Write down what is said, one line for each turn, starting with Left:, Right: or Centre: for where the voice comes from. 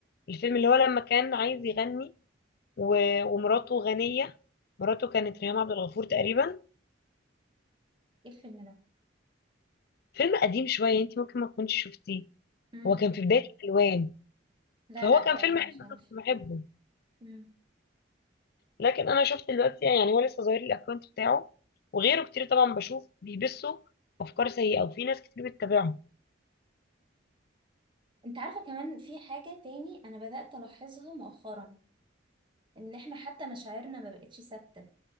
Left: الفيلم اللي هو لما كان عايز يغني و- ومراته غنية مراته كانت ريهام عبد الغفور تقريبا
Right: ايه الفيلم ده
Left: فيلم قديم شوية انت ممكن ما تكونش شفتيه
Right: مم.
Left: هو كان في بداية الألوان
Right: لا
Left: فهو
Right: لا
Left: كان فيلم
Right: آه، مش
Left: حلو انا
Right: عارف
Left: كنت بحبه
Right: مم.
Left: لكن انا شفت دلوقتي يعني هو لسه ظاهر لي الاكونت بتاعه وغيره كتير طبعا بشوف بيبثوا افكار سيئة وفي ناس كتير بتتابعه
Right: انت عارفة كمان في حاجة تاني انا بدأت الاحظها مؤخرا ان احنا حتى مشاعرنا ما بقتش ثابته